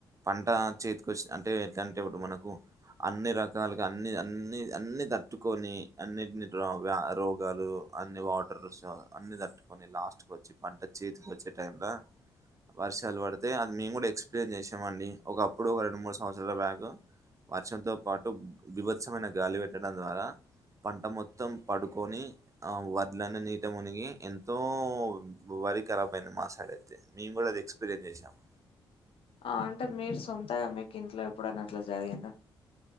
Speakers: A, on the right; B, on the left.
A: పంట చేతికి వచ్చి అంటే ఎంటే ఇప్పుడు మనకు అన్ని రకాలుగా అన్ని అన్ని అన్ని తట్టుకొని అన్నిటి రోగ రోగాలు అన్ని వాటర్ లుస్సో అన్ని తట్టుకొని లాస్ట్ క వచ్చి పంట చేతికి వచ్చే టై ల వర్షాలు పడితే అన్ని ము ఎక్స్ప్లేెయిన్ చేసామండి ఒకప్పుడు ఒక రెండు మూడు సంవత్సరాల బ్యాక్ వర్షంతో పాటు విభత్సమైన గాలి పెట్టడం ద్వారా పంట మొత్తం పడుకొని ఆ వరలనే నీట మునిగి ఎం తో వారీ కరాబ్ అయింది మా సైడ అయితే మేము కూడా అది ఎక్స్పీరియన్స్ చేసాము.
B: ఆ అంటే మీరు సొంతగా మీకు ఇంట్లో ఎప్పుడనా అట్లా జరిగిందా?